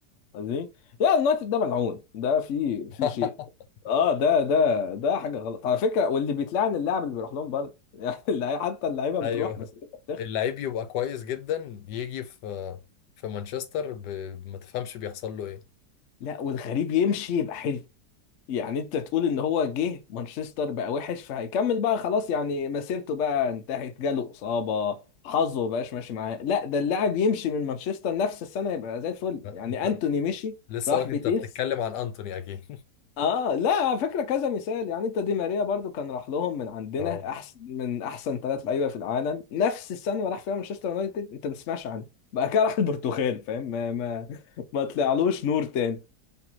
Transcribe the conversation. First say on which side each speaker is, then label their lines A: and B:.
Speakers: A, on the left; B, on the left.
A: دي لا اليونايتد ده ملعون ده في
B: <laughs>
A: في شيء اه ده ده ده حاجه غلط على فكره واللي بيتلعن اللاعب اللي بيروح لهم برضه <laughs> يعني اللع- حتى اللعيبه
B: أيوه
A: بتروح مسيرتها بتخ
B: اللعيب يبقى كويس جدا يجي في في مانشستر ب... ما تفهمش بيحصل له إيه
A: لا والغريب يمشي يبقى حلو يعني انت تقول ان هو جه مانشستر بقى وحش فهيكمل بقى خلاص يعني مسيرته بقى انتهت جاله اصابه حظه ما بقاش ماشي معاه لا ده اللاعب يمشي من مانشستر نفس السنه يبقى زي الفل
B: أنت
A: يعني انتوني مشي
B: لسه
A: راح
B: عارف
A: بيتيس
B: أنت بتتكلم عن أنتوني أكيد <laughs>
A: اه لا على فكره كذا مثال يعني انت دي ماريا برضو كان راح لهم من عندنا
B: اه
A: احسن من احسن ثلاث لعيبه في العالم نفس السنه اللي راح فيها مانشستر يونايتد انت ما بتسمعش عنه بقى كده راح البرتغال فاهم ما ما ما طلعلوش نور تاني